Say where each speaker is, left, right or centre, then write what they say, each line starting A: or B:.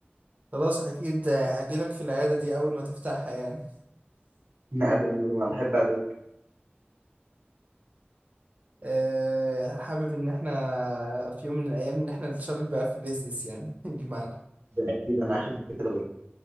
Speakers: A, on the right; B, on the right.
A: خلاص اكيد هجيلك في العيادة دي اول ما تفتحها يعني
B: <laughs> لا اتمنى طبعا احب ادعوك
A: أه حابب ان احنا في يوم من الايام ان احنا نتشارك بقى في بيزنس يعني <laughs> بمعنى
B: ده اكيد انا احب كده برضه